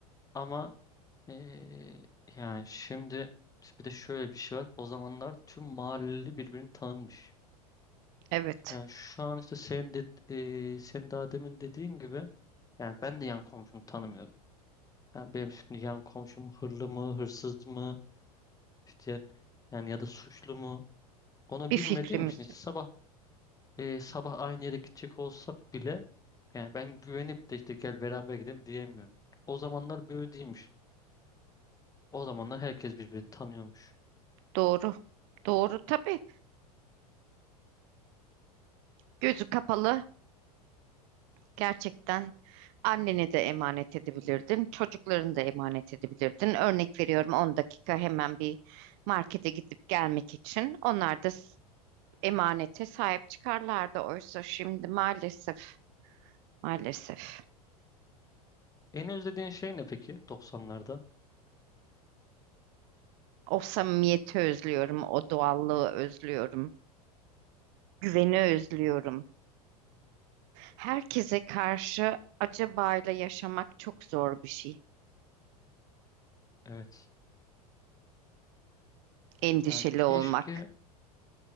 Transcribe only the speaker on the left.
Ama eee, yani şimdi bir de şöyle bir şey var. O zamanlar tüm mahalleli birbirini tanınmış.
Yani şu an işte sen de, e, senin daha demin dediğin gibi yani ben de yan komşumu tanımıyorum. Yani benim şimdi yan komşum hırlı mı, hırsız mı, işte yani ya da suçlu mu onu
bilmediğim
için işte
sabah e, sabah aynı yere gidecek olsak bile yani ben güvenip de işte gel beraber gidelim diyemiyorum. O zamanlar böyle değilmiş. O zamanlar herkes birbirini tanıyormuş.
En özlediğin şey ne peki Doksanlarda?
Evet.
Yani keşke